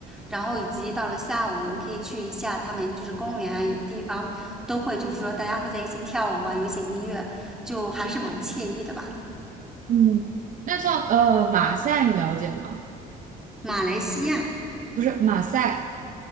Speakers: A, in the centre; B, on the right.
A: 然后以及到了下午，你可以去一下他们就是公园啊，有的地方都会就是说大家会在一起跳舞啊，有一些音乐，就还是蛮惬意的吧。
B: 嗯，那像呃马赛你了解吗？
A: 马来西亚。
B: 不是马赛，